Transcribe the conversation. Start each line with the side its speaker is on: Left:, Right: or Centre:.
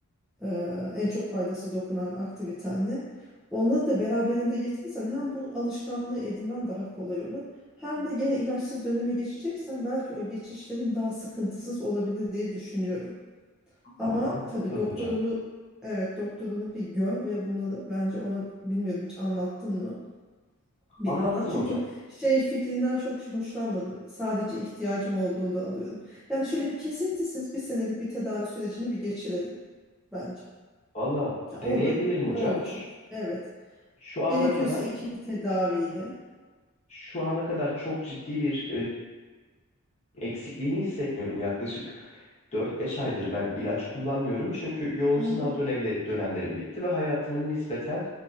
Centre: eee, en çok faydası dokunan aktiviten ne? Onları da beraberinde getirirsen hem bu alışkanlığı edinmen daha kolay olur. Hem de gene ilaçsız döneme geçeceksen belki o geçişlerin daha sıkıntısız olabilir diye düşünüyorum.
Left: Tam
Centre: Ama
Left: mantıklı
Centre: tabii doktorunu
Left: hocam.
Centre: evet doktorunu bir gör ve bununla da bence ona bilmiyorum hiç anlattın mı? Bir
Left: Anlattım
Centre: anlat çünkü
Left: hocam.
Centre: şey fikrinden çok hoşlanmadım. Sadece ihtiyacım olduğunda alıyorum. Yani şöyle bir kesintisiz bir senelik bir tedavi sürecini bir geçirelim bence.
Left: Valla
Centre: Yani
Left: deneyebilirim
Centre: orada ne
Left: hocam.
Centre: olacak?
Left: Ş-
Centre: Evet.
Left: Şu ana
Centre: Gerekiyorsa
Left: kadar
Centre: ikili tedaviyle.
Left: şu ana kadar çok ciddi bir eksikliğini hissetmiyorum. Yaklaşık dört beş aydır ben ilaç kullanmıyorum. Çünkü yoğun
Centre: Hı
Left: sınav
Centre: hı,
Left: dönemleri, dönemlerim bitti ve hayatımın nispeten